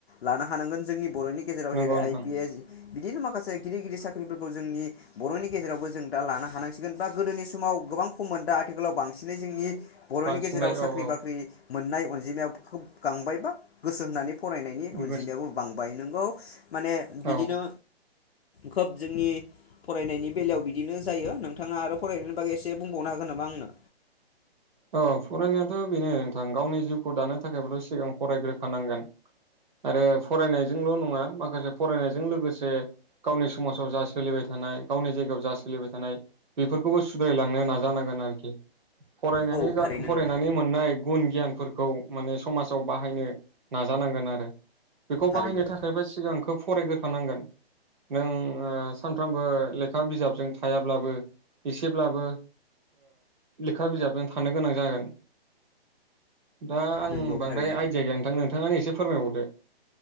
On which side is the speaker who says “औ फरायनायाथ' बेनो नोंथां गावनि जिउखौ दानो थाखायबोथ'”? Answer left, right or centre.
Right